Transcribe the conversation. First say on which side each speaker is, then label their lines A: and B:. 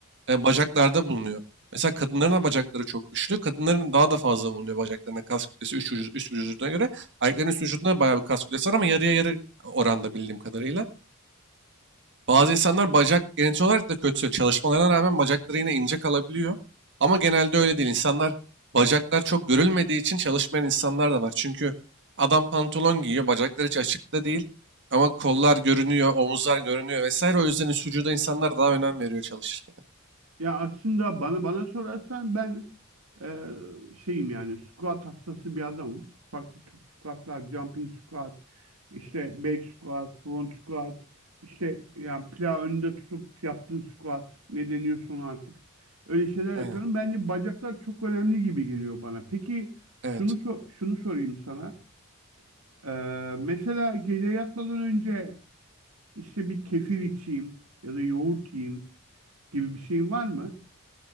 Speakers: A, on the right; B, on the right.
A: e, bacaklarda bulunuyor. Mesela kadınların da bacakları çok güçlü. Kadınların daha da fazla bulunuyor bacaklarına kas kütlesi üç vücu- üst vücuduna göre. Erkeklerin üst vücudunda bayağı bir kas kütlesi var ama yarıya yarı oranda bildiğim kadarıyla. Bazı insanlar bacak genetik olarak da kötü. Çalışmalarına rağmen bacakları yine ince kalabiliyor. Ama genelde öyle değil. İnsanlar bacaklar çok görülmediği için çalışmayan insanlar da var. Çünkü adam pantolon giyiyor, bacakları hiç açıkta değil. Ama kollar görünüyor, omuzlar görünüyor vesaire. O yüzden üst vücuda insanlar daha önem veriyor çalışırken.
B: Ya aslında bana bana sorarsan ben Ee, şeyim yani squat hastası bir adamım. Farklı tür squatlar, jumping squat, işte back squat, front squat, işte yani plağı önünde tutup yaptığın squat ne deniyorsun artık. Öyle şeyler
A: Aynen.
B: yapıyorum. Bence bacaklar çok önemli gibi geliyor bana. Peki
A: Evet.
B: şunu so- şunu sorayım sana. Ee, mesela gece yatmadan önce işte bir kefir içeyim ya da yoğurt yiyeyim gibi bir şeyin var mı?